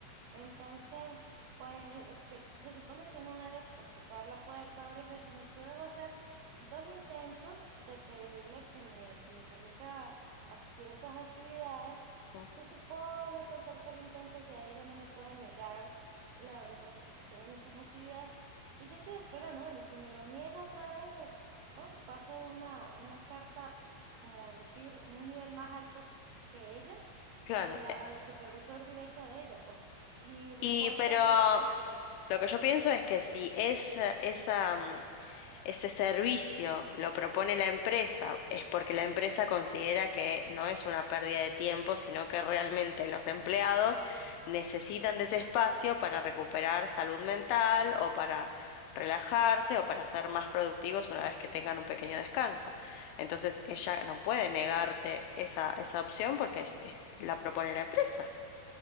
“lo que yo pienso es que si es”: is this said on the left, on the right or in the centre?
Left